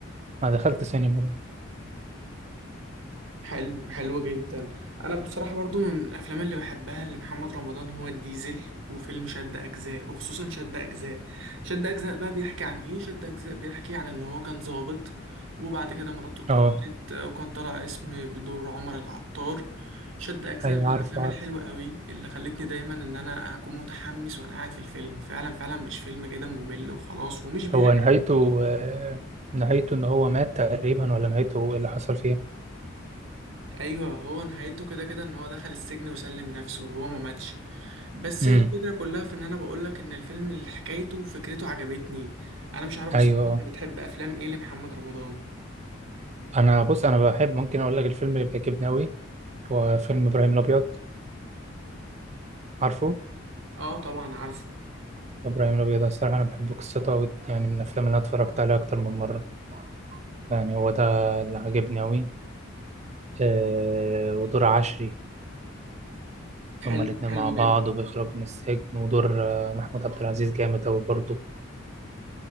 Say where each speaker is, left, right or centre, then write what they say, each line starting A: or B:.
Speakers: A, on the right; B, on the right.
A: ما دخلت سينما ده
B: حلو حلو جدا انا بصراحه برضو من الافلام اللي بحبها لمحمد رمضان هو الديزل وفيلم شد اجزاء وخصوصا شد اجزاء شد اجزاء بقى بيحكي عن ايه شد اجزاء بيحكي عن ان هو كان ضابط وبعد كده مراته اتقتلت
A: اه
B: آه، وكان طالع اسم بدور عمر العطار شد اجزاء
A: ايوه
B: من الافلام
A: عارفه
B: الحلوه
A: عارفه
B: قوي اللي خلتني دايما ان انا اكون متحمس وانا قاعد في الفيلم فعلا فعلا مش فيلم كده ممل وخلاص ومش بيحكي
A: هو نهايته
B: عن البلطجة.
A: آه، نهايته ان هو مات تقريبا ولا نهايته ايه اللي حصل فيه
B: ايوه هو نهايته كده كده ان هو دخل السجن وسلم نفسه وهو ما ماتش بس
A: امم
B: الفكره كلها في ان انا بقولك ان الفيلم اللي حكايته وفكرته عجبتني انا مش عارف
A: ايوه
B: بصراحه انت بتحب افلام ايه لمحمد رمضان
A: انا بص انا بحب ممكن اقول لك الفيلم اللي بيعجبني قوي هو فيلم ابراهيم الابيض عارفه
B: اه طبعا عارفه
A: ابراهيم الابيض أنا الصراحه انا بحب قصته قوي يعني من الافلام اللي أنا اتفرجت عليها اكتر من مره يعني هو ده اللي عجبني قوي أه ودور عشري
B: حلو
A: هما الاتنين
B: حلو
A: مع بعض
B: جدا
A: وبيخرجوا من السجن ودور آه، محمود عبد العزيز جامد قوي برضه